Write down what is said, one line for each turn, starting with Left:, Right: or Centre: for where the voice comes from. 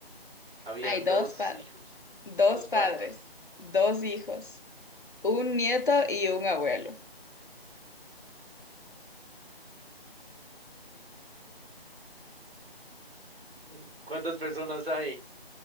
Right: habían
Left: Hay dos
Right: dos
Left: pa-
Right: hijos,
Left: dos
Right: dos
Left: padres,
Right: padres.
Left: dos hijos, un nieto y un abuelo.
Right: Mm. ¿Cuántas personas hay?